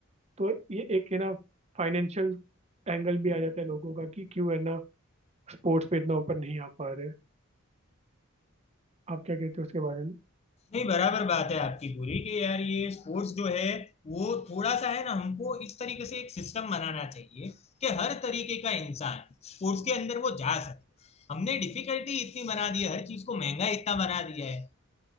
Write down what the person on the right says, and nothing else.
तो ये एक है ना फाइनेंशियल एंगल भी आ जाता है लोगों का कि क्यों है ना स्पोर्ट्स पे इतना ऊपर नहीं आ पा रहे आप क्या कहते हो उसके बारे में